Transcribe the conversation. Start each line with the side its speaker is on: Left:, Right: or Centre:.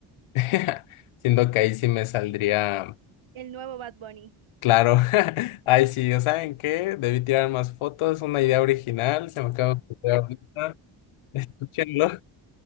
Left: <laughs> Siendo que ahí sí me saldría
Right: El nuevo Bad Bunny.
Left: claro. <laughs> Ay, sí, ¿o ¿saben qué? Debí tirar más fotos, una idea original, se me acaba de ocurrir ahorita. <laughs> Escúchenlo.